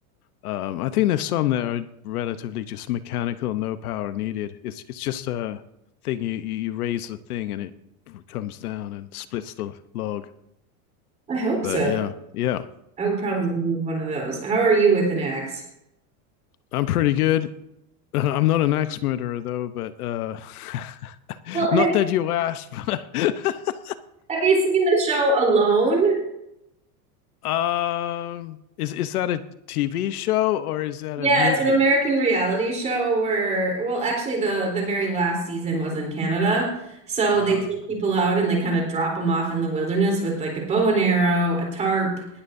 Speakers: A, on the left; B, on the right.
A: Um, I think there's some that are relatively just mechanical, no power needed. It's it's just a thing you you, raise the thing and it comes down and splits the log.
B: I hope
A: But
B: so.
A: yeah, yeah,
B: I would probably need one of those. How are you with an axe?
A: I'm pretty good. <laughs> I'm not an axe murderer though, but uh, <laughs>
B: Well,
A: not
B: have,
A: that you asked. <laughs>
B: have you seen the show Alone?
A: um, is is that a TV show or is that
B: Yeah,
A: a movie?
B: it's an American reality show where, well, actually the the very last season was in Canada. So
A: Uh,
B: they take people out and they kind of drop them off in the wilderness with like a bow and arrow, a tarp,